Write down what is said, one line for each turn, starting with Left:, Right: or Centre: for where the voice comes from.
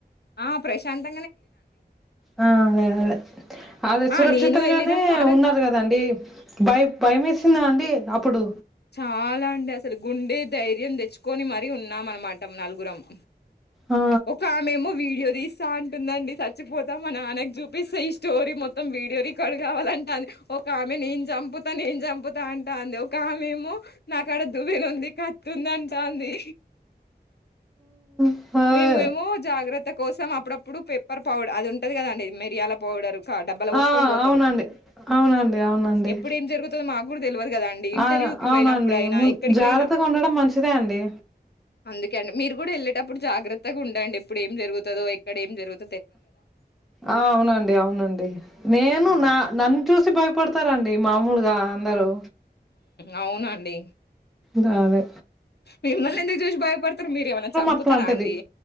Left: ఆ ప్రశాంత
Centre: ఆ అదే అదే అదే సురక్షితంగానే
Left: ఆ! నేను ఎళ్ళినము. ఆ రోజు
Centre: ఉన్నారు కదండి భయ భయమేసిందా అండి అప్పుడు
Left: చాలా అండి అసలు గుండె ధైర్యం తెచ్చుకొని మరీ ఉన్నామ అన్నమాట నలుగురము
Centre: ఆ
Left: ఒక ఆమెమో వీడియో తీస్తా అంటుందండి చచ్చిపోతా మా నాన్నకు చూపిస్తే ఈ స్టోరీ మొత్తం వీడియో రికార్డ్ కావాల ఒక ఆమె నేను చంపుతా నేను చంపుతా అంటా అంది ఒక ఆమె మేము నాక్కడ దువ్విన ఉంది కా తుంది అంటాది
Centre: ఆ అదే
Left: మేమేమో జాగ్రత్త కోసం అప్పుడప్పుడ ప్పుడు పెప్పర్ పౌడర్ అది ఉంటది కదండి మిరియాల పౌడర్ డబ్బాల పోసుకొని
Centre: ఆ
Left: పోతాం
Centre: అవునండి అవునండి అవునండి
Left: ఎప్పుడు ఏం జరుగుతుందో మాకు కూడా తెలవదు కదా అండి ఇంటర్వ్యూ
Centre: ఆ
Left: కి
Centre: అవునండి
Left: పోయినప్పుడు అయినా
Centre: ము
Left: ఎక్కడికి
Centre: జాగ్రత్తగా
Left: పోయినా
Centre: ఉండడం మంచిదే అండి
Left: అందుకే అండి మీరు కూడా వెళ్ళేటప్పుడు జాగ్రత్తగా ఉండండి ఇప్పుడు ఏం జరుగుందో ఇక్కడ ఏం జరుతు
Centre: ఆ అవునండి అవునండి నేను
Left: ఆ
Centre: నా నన్ను చూసి బయ పడతారండి మామూలుగా అందరు
Left: అవునండి
Centre: దావే
Left: మిమ్మల్ని ఎందుకు చూసి భయపడతారు మీరు ఏమన్నా చంపుతారా
Centre: అట్లాంటిది
Left: అండి